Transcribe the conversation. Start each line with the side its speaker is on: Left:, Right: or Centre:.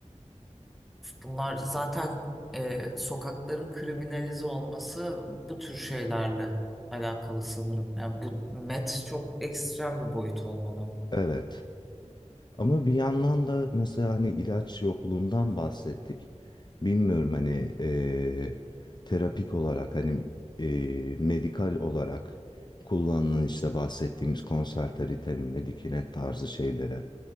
Centre: Bunlar zaten e, sokakların kriminalize olması bu tür şeylerle alakalı sanırım. Yani bu met çok ekstrem bir boyut olmalı.
Left: Evet. Ama bir yandan da mesela hani ilaç yokluğundan bahsettik. Bilmiyorum hani eee, terapik olarak hani eee, medikal olarak kullanılan işte bahsettiğimiz konser ritalin, Medikinet tarzı şeylere